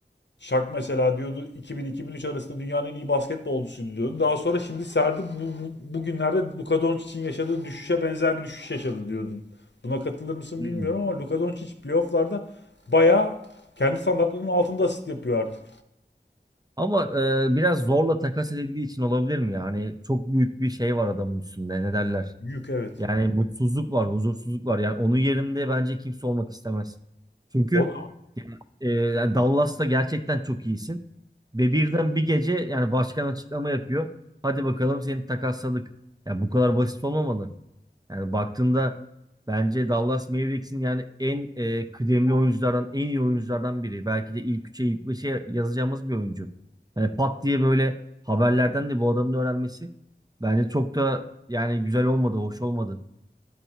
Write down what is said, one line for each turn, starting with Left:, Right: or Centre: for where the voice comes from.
Left: Şak mesela diyordu 2000-2003 arasında dünyanın en iyi basketbolcusu diyordu. Daha sonra şimdi serdi bu, bu- bugünlerde Luka Doncic'in yaşadığı düşüşe benzer bir düşüş yaşadı diyordu. Buna katılır mısın
Right: Hmm.
Left: bilmiyorum ama Luka Doncic playofflarda bayağı kendi standartlarının altında asist yapıyor artık.
Right: Ama e, biraz zorla takas edildiği için olabilir mi? Yani çok büyük bir şey var adamın üstünde. Ne derler?
Left: Yük evet.
Right: Yani mutsuzluk var, huzursuzluk var. Yani onun yerinde bence kimse olmak istemez. Çünkü
Left: O da
Right: e, yani Dallas'ta gerçekten çok iyisin. Ve birden bir gece yani başkan açıklama yapıyor. Hadi bakalım seni takasladık. Ya bu kadar basit olmamalı. Yani baktığında bence Dallas Mavericks'in yani en e, kıdemli oyunculardan, en iyi oyunculardan biri. Belki de ilk üçe, ilk beşe yazacağımız bir oyuncu. Yani pat diye böyle haberlerden de bu adamın öğrenmesi bence çok da yani güzel olmadı, hoş olmadı.